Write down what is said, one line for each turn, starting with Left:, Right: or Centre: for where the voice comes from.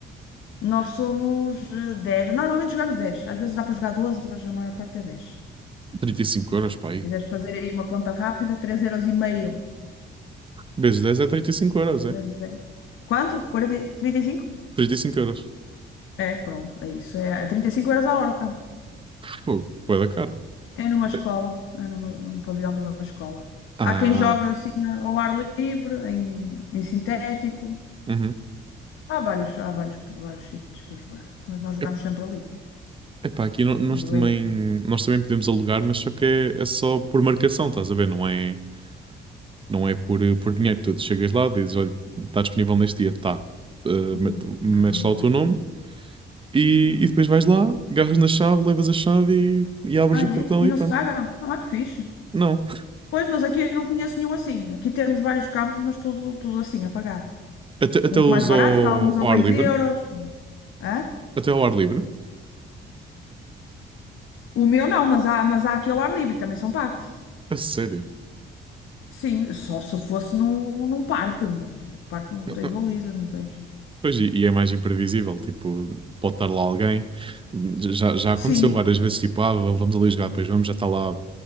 Left: Nós somos eh, 10. Normalmente jogamos 10. Às vezes dá para jogar 12, mas a maior parte é 10.
Right: trinta e cinco euros, pá. aí.
Left: Se quiseres fazer aí uma conta rápida, três euros e meio
Right: Vezes 10 é 35 euros, é?
Left: vezes dez. Quanto? 40, e- 35?
Right: 35 euros.
Left: É, pronto, é isso. É é 35 euros a hora o campo.
Right: Fogo, pô da caro.
Left: É numa escola,
Right: É-
Left: é numa- num pavilhão de uma escola.
Right: Ah,
Left: Há quem joga assim a- ao ar livre, em, em sintético.
Right: uhum.
Left: Há vários, há vários, vários sítios para jogar, mas nós jogamos
Right: É-
Left: sempre ali.
Right: Epá, aqui no- nós
Left: Eu
Right: também,
Left: levei-
Right: nós também podemos alugar, mas só que é, é só por marcação, estás a ver? Não é, não é por, por dinheiro. Tu chegas lá, dizes, olha, está disponível neste dia, tá. Eh,
Left: Uhum.
Right: met- metes
Left: Ah,
Right: lá
Left: ok.
Right: o teu nome E, e depois vais lá, agarras na chave, levas a chave e, e abres
Left: Ah,
Right: o
Left: é?
Right: portão
Left: E
Right: e
Left: não
Right: pronto.
Left: se paga? Ah, que fixe.
Right: Não.
Left: Pois, mas aqui eu não conheço nenhum assim. Aqui temos vários campos, mas tudo, tudo assim, a pagar.
Right: Até, até
Left: Uns
Right: os
Left: mais baratos,
Right: ao,
Left: alguns a
Right: ao
Left: 2
Right: ar livre.
Left: euros. Hã?
Right: Até ao ar livre.
Left: O meu não, mas há, mas há aqui ao ar livre, também são pagos.
Right: A sério.
Left: Sim, só se fosse num, num parque, mas no parque não
Right: Não,
Left: tens
Right: não.
Left: balizas, não tens.
Right: Pois, e, e é mais imprevisível. Tipo, pode estar lá alguém. Já, já aconteceu
Left: Sim,
Right: várias vezes. Tipo, ah, vamos ali jogar, depois vamos, já está lá